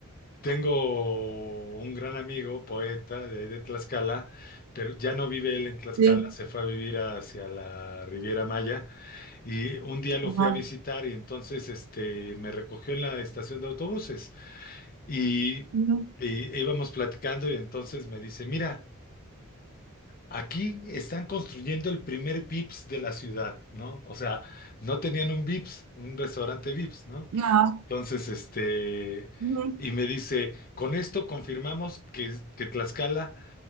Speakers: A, on the left; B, on the right.
A: tengo un gran amigo, poeta de, de Tlaxcala, pero ya no vive él en Tlaxcala,
B: sí,
A: se fue a vivir hacia la Riviera Maya y un día lo
B: ajá,
A: fui a visitar y entonces este, me recogió en la estación de autobuses y,
B: ujú,
A: y íbamos platicando y entonces me dice, mira. Aquí están construyendo el primer Vips de la ciudad, ¿no? O sea, no tenían un Vips, un restaurante Vips, ¿no?
B: ajá,
A: Entonces, este,
B: ujú.
A: y me dice, con esto confirmamos que, que Tlaxcala